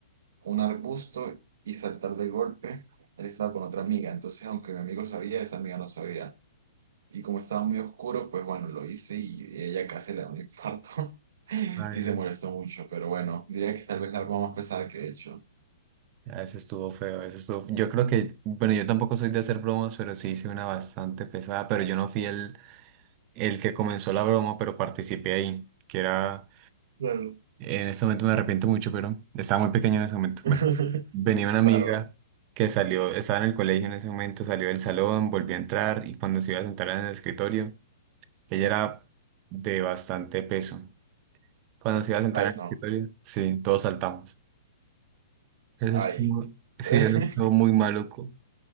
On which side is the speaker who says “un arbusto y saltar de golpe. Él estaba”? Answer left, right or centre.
Right